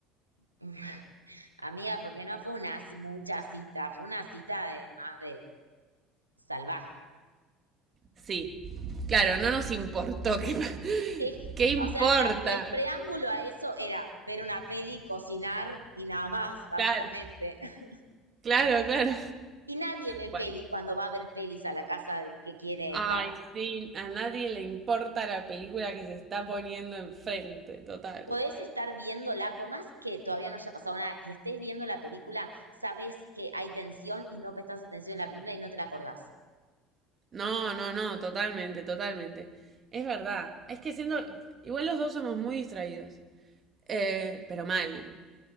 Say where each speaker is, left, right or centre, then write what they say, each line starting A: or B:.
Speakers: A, on the right; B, on the right.
A: <laughs> Amiga, porque no fue una s- mucha cita, fue una cita de más de salvaje.
B: Sí. Claro, no nos importó. <laughs> ¿Qué,
A: Es-
B: qué importa?
A: o sea, la- el preámbulo a eso era ver una peli, cocinar y nada más, básicamente.
B: Claro,
A: <laughs>
B: claro, claro.
A: Y nadie ve
B: Bueno.
A: pelis cuando va a ver pelis a la casa del que quiere
B: Ay,
A: estar.
B: sí, a nadie le importa la película que se está poniendo enfrente, total.
A: Podés estar viéndola, por más que todavía no haya pasado nada y estés viendo la película, sabes que hay tensión y no prestás atención en la película y no te la acordás.
B: No, no, no, totalmente, totalmente. Es verdad. Es que siendo. Igual los dos somos muy distraídos. Eh, pero mal.